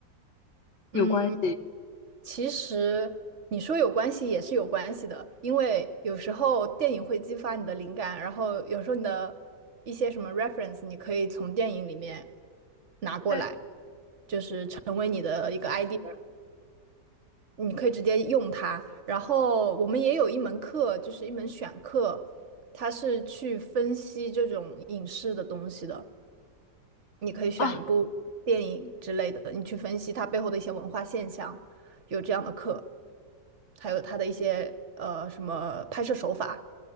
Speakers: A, on the left; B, on the right.
A: 有关系
B: 嗯，其实你说有关系也是有关系的，因为有时候电影会激发你的灵感，然后有时候你的一些什么 reference，你可以从电影里面拿过来，
A: 对，
B: 成为你的一个 idea。你可以直接用它。然后我们也有一门课，就是一门选课，它是去分析这种影视的东西的。你可以选一部电影之类的，
A: 啊？
B: 你去分析它背后的一些文化现象，有这样的课，还有它的一些呃什么拍摄手法